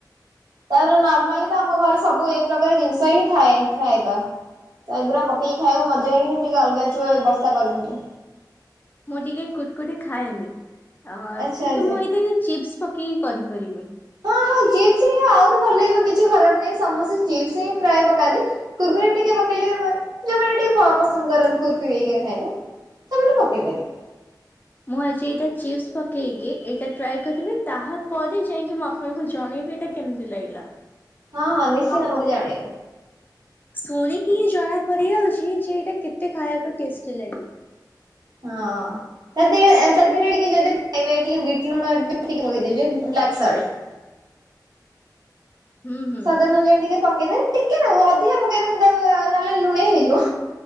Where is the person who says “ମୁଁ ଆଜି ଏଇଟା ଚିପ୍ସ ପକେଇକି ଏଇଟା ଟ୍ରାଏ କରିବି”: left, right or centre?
Left